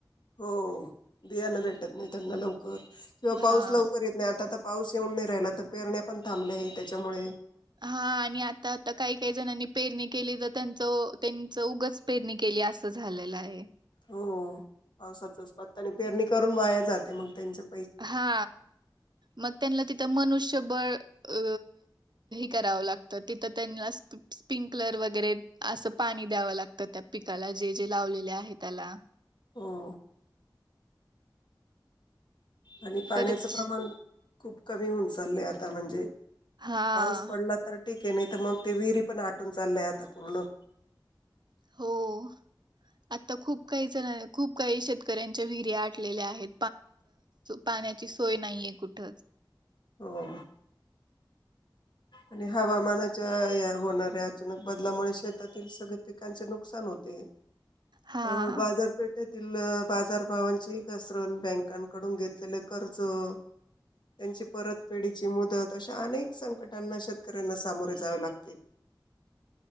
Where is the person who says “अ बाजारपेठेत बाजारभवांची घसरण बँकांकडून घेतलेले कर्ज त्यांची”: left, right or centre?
Left